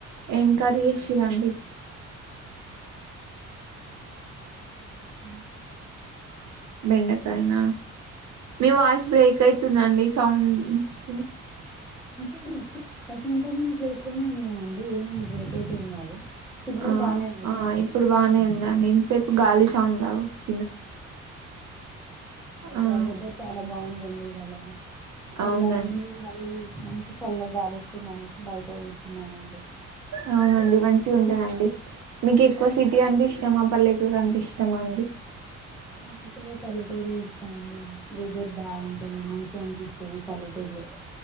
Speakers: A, on the right; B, in the centre.
A: ఏం కర్రీ చేసిరు అండి
B: ఎన్న
A: బెండకాయనా మీ వాయిస్ బ్రేక్ అయితుందండి సౌండ్స్
B: మంచిగానే వచ్చి ప్రశాంతంగా చేయ్ కునే ఉన్నామండి ఏం బ్రేక్ అయితే ఏం కాదు సిగ్నల్
A: ఆ
B: బానే ఉంది
A: ఆ ఇప్పుడు బానే ఉందా నేను చెప్ గాలి సౌండ్లు కావచ్
B: బయట
A: ఆ
B: వెదర్ చాలా బాగుందండి ఇవాళ చల్లగా
A: అవునండి
B: ఉంది మళ్ళీ మన్ కి చల్ల గాలి వచ్ తినడానికి బయట కూర్చున్నామండి.
A: అవునండి మంచిగా ఉంటదండి మీక్ ఎక్కువ సిటీ అంటే ఇష్టమా పల్లెటూరు అంటే ఇష్టమా అండి
B: నాకైతే పల్లెటూరే ఇష్టమండి వెదర్ బాగుంటుంది మంచిగా అనిపిసు <unintelligible>